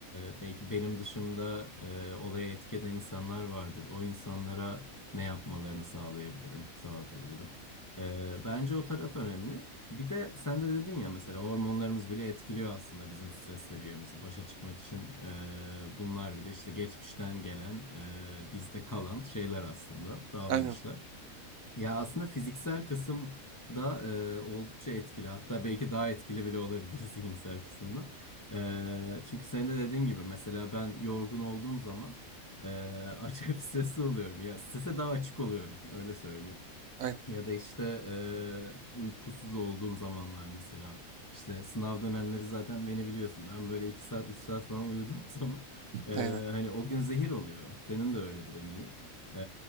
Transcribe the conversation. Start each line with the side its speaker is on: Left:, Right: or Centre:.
Left: e, belki benim dışımda e, olaya etki eden insanlar vardır. O insanlara ne yapmalarını sağlayabilirim, sağlatabilirim? Ee, bence o taraf önemli. Bir de sen de dedin ya mesela hormonlarımız bile etkiliyor aslında bizim stres seviyemizi. Başa çıkmak için e, bunlar bile işte geçmişten gelen, e, bizde kalan şeyler aslında, davranışlar.
Right: Aynen,
Left: Ya aslında fiziksel kısım da e, oldukça etkili. Hatta belki daha etkili bile olabilir <laughs> zihinsel kısımdan. E, çünkü senin de dediğin gibi mesela ben yorgun olduğum zaman e, acayip <laughs> stresli oluyorum. Ya strese daha açık oluyorum öyle söyleyeyim.
Right: aynen,
Left: Ya da işte e, uykusuz olduğum zamanlar mesela. İşte sınav dönemleri zaten beni biliyorsun. Ben böyle 2 saat 3 saat falan uyuduğum <laughs> zaman e,
Right: <laughs> aynen.
Left: hani o gün zehir oluyor. Senin de öyledir eminim. E,